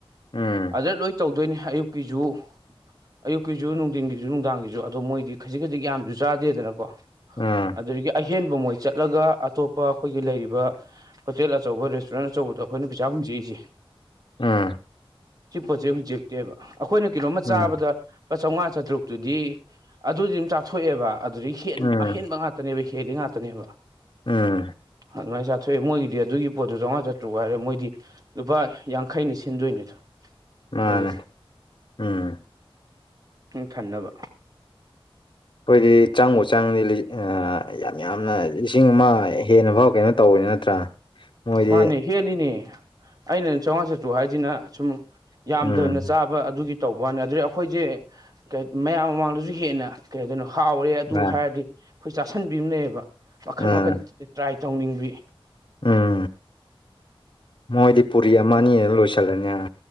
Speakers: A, on the left; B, on the right.
A: ꯎꯝ
B: ꯑꯗ ꯂꯣꯏ ꯇꯧꯗꯣꯏꯅꯦ ꯑꯌꯨꯛꯀꯤꯁꯨ ꯑꯌꯨꯛꯀꯤꯁꯨ ꯅꯨꯡꯊꯤꯟꯒꯤꯁꯨ ꯅꯨꯡꯗꯥꯡꯒꯤꯁꯨ ꯑꯗꯣ ꯃꯣꯏꯗꯤ ꯈꯖꯤꯛ ꯈꯖꯤꯛ ꯌꯥꯝꯁꯨ ꯆꯥꯗꯦꯗꯅꯀꯣ
A: ꯎꯝ
B: ꯑꯗꯨꯗꯒꯤ ꯑꯍꯦꯟꯕ ꯃꯣꯏ ꯆꯠꯂꯒ ꯑꯇꯣꯞꯄ ꯑꯩꯈꯣꯏꯒꯤ ꯂꯩꯔꯤꯕ ꯍꯣꯇꯦꯜ ꯑꯆꯧꯕ ꯔꯦꯁꯇꯨꯔꯦꯟ ꯑꯆꯧꯕꯗꯣ ꯑꯩꯈꯣꯏꯅ ꯄꯩꯥ ꯍꯨꯝꯖꯏꯁꯦ
A: ꯎꯝ
B: ꯁꯤ ꯄꯣꯠ ꯆꯩꯩ ꯍꯧꯨꯖꯤꯛꯇꯦꯕ ꯑꯩꯈꯣꯏꯅ ꯀꯤꯂꯣ ꯑꯃ
A: ꯎꯝ
B: ꯆꯥꯕꯗ ꯂꯨꯄꯥ ꯆꯝꯃꯉꯥ ꯆꯥꯇ꯭ꯔꯨꯛꯇꯨꯗꯤ ꯑꯗꯨꯗꯤ ꯑꯗꯨꯝ ꯆꯥꯊꯣꯛꯑꯦꯕ ꯑꯗꯨꯗꯒꯤ ꯍꯦꯟ
A: ꯎꯝ
B: ꯍꯕ ꯉꯥꯛꯇꯅꯦꯕ ꯍꯦꯜꯂꯤ ꯉꯥꯛꯇꯅꯦꯕ
A: ꯎꯝ
B: ꯑꯗꯨꯃꯥꯏꯅ ꯆꯥꯊꯣꯛꯑꯦ ꯃꯣꯏꯒꯤꯗꯤ ꯑꯗꯨꯒꯤ ꯄꯣꯠꯇꯣ ꯆꯥꯝꯃꯉꯥ ꯆꯇ꯭ꯔꯨ ꯍꯥꯏꯔꯦ ꯃꯣꯏꯗꯤ ꯂꯨꯄꯥ ꯌꯥꯡꯈꯩꯩꯅ ꯁꯤꯟꯗꯣꯏꯅꯦꯗ
A: ꯃꯥꯅꯦ
B: ꯑꯣꯏꯒꯤꯁꯦ
A: ꯎꯝ
B: ꯎ ꯈꯟꯅꯕ
A: ꯑꯩꯈꯣꯏꯗꯤ ꯆꯪꯕ ꯆꯪꯗꯤ ꯌꯥꯝ ꯌꯥꯝꯅ ꯂꯤꯁꯤꯡ ꯑꯃ ꯍꯦꯟꯅ ꯐꯥꯎ ꯀꯩꯅꯣ ꯇꯧꯕꯅꯤ ꯅꯠꯇ꯭ꯔꯥ ꯃꯣꯏꯗꯤ
B: ꯃꯥꯅꯦ ꯍꯦꯜꯂꯤꯅꯦ ꯑꯩꯅ ꯆꯥꯝꯃꯉꯥ ꯆꯥꯇ꯭ꯔꯨ ꯍꯥꯏꯁꯤꯅ ꯁꯨꯝ ꯌꯥꯝꯗꯅ
A: ꯎꯝ
B: ꯆꯥꯕ ꯑꯗꯨꯒꯤ ꯇꯧꯕꯩꯋꯥꯅ‌ꯦ ꯑꯗꯨ ꯑꯩꯈꯣꯏꯖ‌ꯦ‌ ꯃꯌꯥꯝ ꯃꯃꯥꯡꯗꯖꯨ ꯍꯦꯟꯅ ꯀꯩꯗꯅꯣ ꯍꯥꯎꯔꯦ ꯑꯗꯨ
A: ꯑ
B: ꯍꯥꯏꯔꯗꯤ ꯑꯩꯈꯣꯏ ꯆꯥꯁꯟꯕꯤꯕꯅꯦꯕ ꯃꯈꯟ
A: ꯎꯝ
B: ꯃꯈꯟ ꯇ꯭ꯔꯥꯏ ꯇꯧꯅꯤꯡꯕꯤ
A: ꯎꯝ ꯃꯣꯏꯗꯤ ꯄꯨꯔꯤ ꯑꯃ ꯑꯅꯤꯅ ꯂꯣꯏꯁꯤꯜꯂꯅꯤ